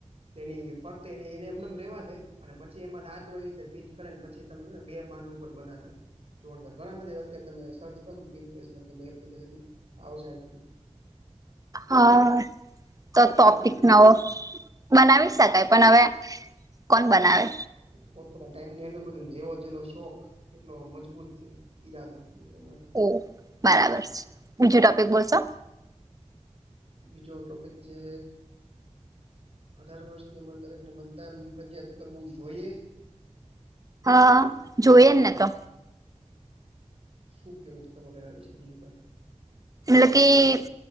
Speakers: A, on the right (about 55°); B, on the right (about 30°).
A: તેની ફરતેની એને એમનેમ રેવા દે અને પછી એમાં દાત રીતે ફીટ કરે પછી ને બે માન ઉપર બનાવે છે જોરદાર ઘણા બધા અત્યારે તમે સર્ચ કરો તમે એપ્લિકેશનમાં આવશે રીતના
B: હા તો ટોપિક
A: બનાવી છે
B: નવો
A: કઈ
B: બનાવી શકાય પણ હવે કોણ બનાવે.
A: પોતપતા ટાઈમલને જેવો જેનો શોખ કેટલો મજબૂત છે ઈરાદો એ પ્રમાણે
B: ઓ બરાબર છે બીજું ટોપિક બોલશો
A: બીજો ટોપિક છે. અઢાર વર્ષની અમર દરેકને મતદાન ફરજિયાત કરવું જોઈએ?
B: હા જોયજને તો
A: શું કેવ તમારુ આના વિશે બીજું કઈ
B: લેકી